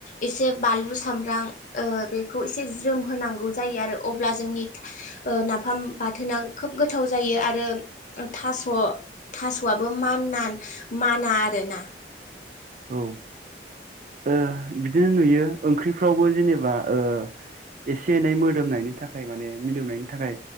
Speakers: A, on the left (about 45°); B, on the right (about 45°).
A: एसे बानलु सामब्राम ओह बेखौ एसे ज्रोम होनांगौ जायो आरो अब्ला जोंनि ओह नाफाम बाथोना खोब गोथाव जायो आरो ओह थास' थास'आबो मानान माना आरोना
B: औ ओह बिदिनो नुयो ओंख्रिफ्रावबो जेनेबा ओह एसे एनै मोदोमनायनि थाखाय माने मिलौनायनि थाखाय